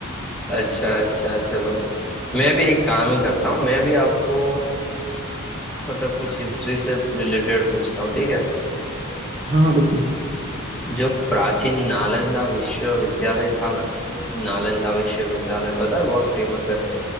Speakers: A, in the centre; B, on the right.
A: अच्छा अच्छा चलो मैं भी एक काम ही करता हूँ मैं भी आपको मतलब कुछ हिस्ट्री से रिलेटेड पूछता हूँ ठीक है
B: हाँ हाँ बिल्कुल
A: जो प्राचीन नालंदा विश्वविद्यालय था ना नालंदा विश्वविद्यालय पता है बहुत फेमस है